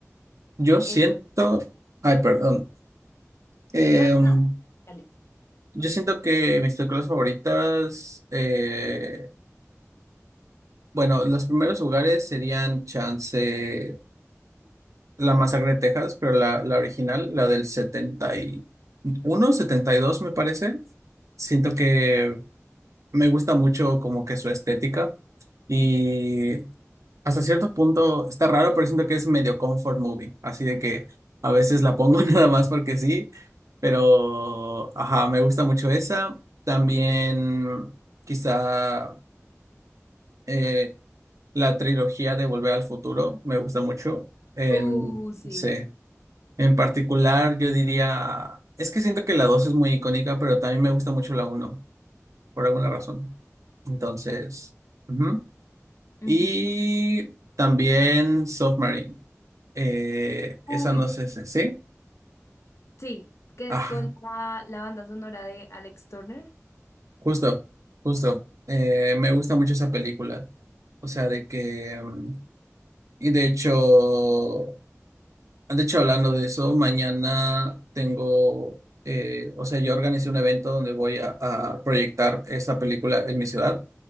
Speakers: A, on the right; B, on the left.
A: Yo siento,
B: Eh,
A: ay, perdón. Em,
B: no, no, dale.
A: yo siento que mis películas favoritas eh, Bueno, los primeros lugares serían Chance, la masacre de Texas, pero la, la original, la del setenta setenta y uno setenta y dos me parece. Siento que me gusta mucho como que su estética y hasta cierto punto está raro, pero siento que es medio comfort movie, así de que a veces la pongo <laughs> nada más porque sí, pero ajá, me gusta mucho esa. También quizá... eh, la trilogía de Volver al Futuro me gusta mucho. En,
B: Ujú. Uh, sí.
A: sí, en particular, yo diría, es que siento que la 2 es muy icónica, pero también me gusta mucho la uno por alguna razón. Entonces, ujú.
B: Ujú.
A: Y también Submarine. Eh, esa
B: Uy,
A: no
B: sí,
A: sé, si- ¿sí?
B: Sí, que
A: Ah,
B: es con la, la banda sonora de Alex Turner,
A: justo, justo. Eh, me gusta mucho esa película. O sea, de que... mm, Y de hecho... De hecho, hablando de eso, mañana tengo, eh, o sea, yo organicé un evento donde voy a, a proyectar esta película en mi ciudad